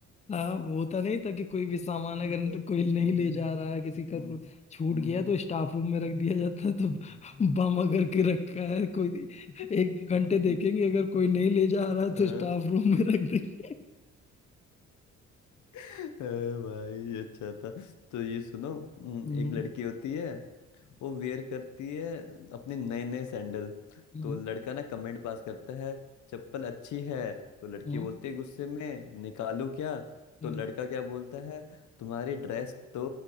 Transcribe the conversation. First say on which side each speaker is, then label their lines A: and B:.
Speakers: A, on the left; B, on the left.
A: हाँ होता नहीं था कि कोई भी सामान अगर
B: ये था। हम्म
A: कोई नहीं ले जा रहा है किसी का
B: हम्म
A: तो छूट
B: हम्म,
A: गया तो स्टाफ रूम में रख दिया जाता तो
B: हम्म।
A: बम अगर के रखा है कोई
B: <laughs>
A: एक दो घंटे देखेंगे अगर कोई नहीं ले जा रहा है तो
B: हाँ।
A: स्टाफ रूम में रख देंगे
B: अरे भाई ये अच्छा था तो ये सुनो हम्म,
A: हम्म
B: एक लड़की होती है वो वेयर करती है अपने नए नए सैंडल
A: हम्म
B: तो लड़का ना कमेंट पास करता है चप्पल अच्छी है तो लड़की
A: हम्म,
B: बोलती है गुस्से में निकालू क्या
A: हम्म।
B: तो लड़का क्या बोलता है तुम्हारी ड्रेस तो